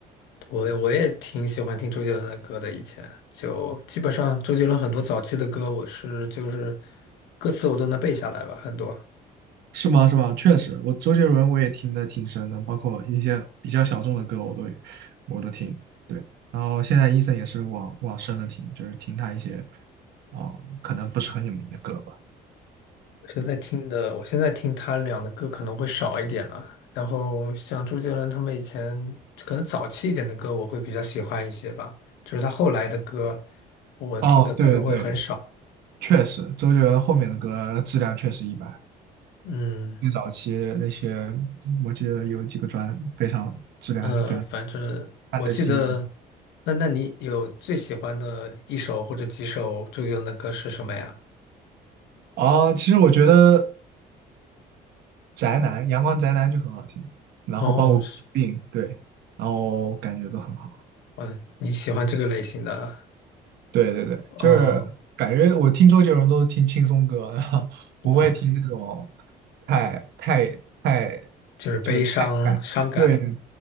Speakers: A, on the left; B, on the right.
A: 我我也挺喜欢听周杰伦的歌的，以前就基本上周杰伦很多早期的歌，我是就是歌词我都能背下来吧，很多。
B: 是吗？是吗？确实，我周杰伦我也听的挺深的，包括一些比较小众的歌我都我都听。对，然后现在 Eason 也是往往深了听，就是听他一些哦，呃可能不是很有名的歌吧。
A: 现在听的，我现在听他俩的歌可能会少一点了。然后像周杰伦他们以前可能早期一点的歌，我会比较喜欢一些吧。就是他后来的歌，我听的可能会很少。
B: 哦，对对，确实，周杰伦后面的歌质量确实一般，
A: 嗯
B: 最早期那些我记得有几个专非常质量还是非常。
A: 呃，反正我记得，
B: 范特西吗？
A: 那那你有最喜欢的一首或者几首周杰伦的歌是什么呀？
B: 哦，其实我觉得宅男，阳光宅男就很好听，然后包括病，
A: 哦，是，
B: 对，然后感觉都很好。
A: 嗯，你喜欢这个类型的，
B: 对对对，就是感觉我听周杰伦都是听轻松歌
A: 哦
B: <laughs> 不会听那种
A: 哦，
B: 太太太
A: 就是悲伤、
B: 就是太有感情。
A: 伤感。
B: 对对